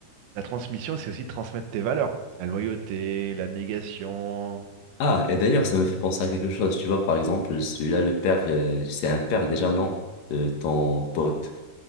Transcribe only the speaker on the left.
Ah, et d'ailleurs, ça me fait penser à quelque chose. Tu vois, par exemple, celui-là, le père, euh, c'est un père déjà, non? Euh, ton pote.